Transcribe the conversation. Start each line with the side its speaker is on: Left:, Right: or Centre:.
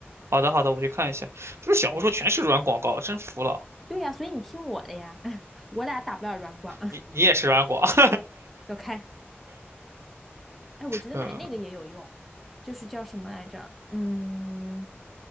Right: 好的好的，我去看一下。是不是小红书全是软广告？真服了，
Centre: 对呀，啊所以你听我的呀，<laughs> 我俩打不了软广，
Right: 你你也是软广。<laughs>
Centre: <laughs> 走开。哎，我觉得买那个也有用，
Right: 嗯，
Centre: 就是叫什么来着？嗯，